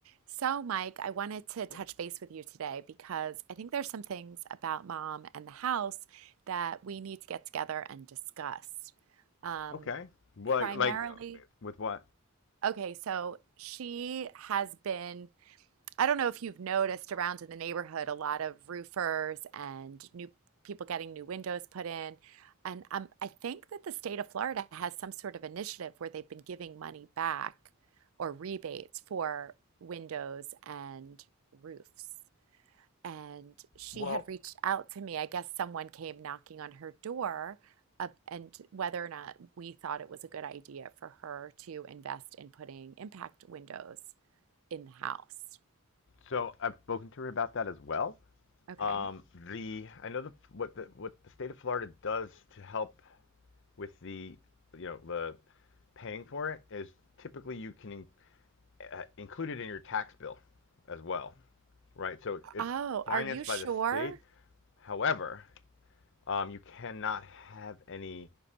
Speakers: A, on the right (about 65°); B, on the left (about 55°).
A: So, Mike, I wanted to touch
B: Yeah.
A: base with you today because I think there's some things about mom and the house that we need to get together and discuss. Um,
B: Okay. Well,
A: primarily,
B: like uh, with what?
A: okay, so she has been I don't know if you've noticed around in the neighborhood a lot of roofers and new people getting new windows put in. And um, I think that the state of Florida has some sort of initiative where they've been giving money back or rebates for windows and roofs. And she
B: Well,
A: had reached out to me. I guess someone came knocking on her door, uh, and whether or not we thought it was a good idea for her to invest in putting impact windows in the house.
B: so I've spoken to her about that as well.
A: Okay.
B: Um, the I know the what the what the state of Florida does to help with the you know the paying for it is typically you can in, uh, include it in your tax bill as well, right? So it's
A: Oh,
B: financed
A: are you sure?
B: by the state. However, um, you cannot have any